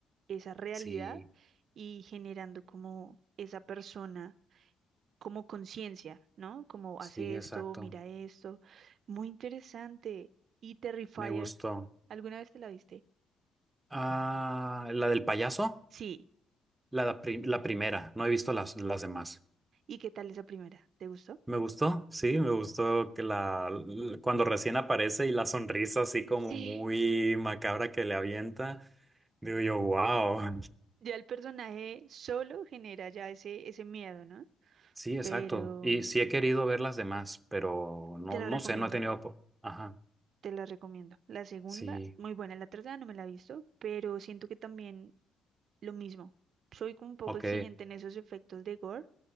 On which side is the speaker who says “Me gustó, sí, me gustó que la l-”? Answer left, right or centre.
Right